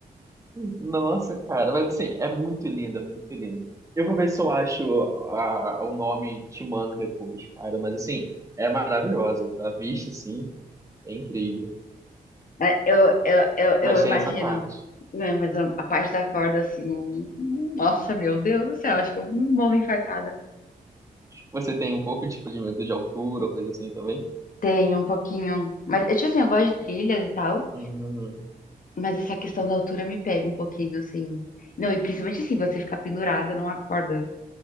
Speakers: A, on the right; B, on the left.
A: Nossa, cara, mas assim, é muito linda, muito linda. Eu vou ver se eu acho a- o nome te mando depois, cara, mas assim, é maravilhosa. A vista assim é incrível,
B: É, eu, eu, eu, eu
A: mas
B: imagino.
A: tem essa parte.
B: né, mas a, a parte da corda, assim. hum, hum, Nossa, meu Deus do céu. Acho que eu morro infartada.
A: Você tem um pouco tipo de medo de altura, coisa assim também?
B: Tenho um pouquinho. Mas, tipo assim, eu gosto de trilhas e tal.
A: Uhum.
B: Mas essa questão da altura me pega um pouquinho, assim. Não, e principalmente assim, você ficar pendurada numa corda.